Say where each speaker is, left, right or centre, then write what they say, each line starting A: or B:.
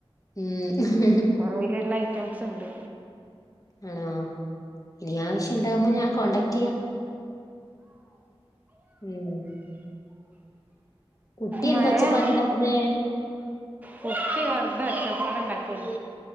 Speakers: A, on the left; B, on the right.
A: ഉം.
B: അയിലുള്ള ഐറ്റംസ് ഇണ്ട്.
A: ആണോ ഇനി ആവ്ശ്യം ഇണ്ടാവുമ്പോ ഞാൻ കോണ്ടാക്ടെയ്യാം. ഉം. കുട്ടി
B: മഴ
A: എന്താ ഒച്ചപ്പാടുണ്ടാക്കുന്നേ?
B: കുട്ടി വെർതെ ഒച്ചപ്പാട് ഇണ്ടാക്കാണ്.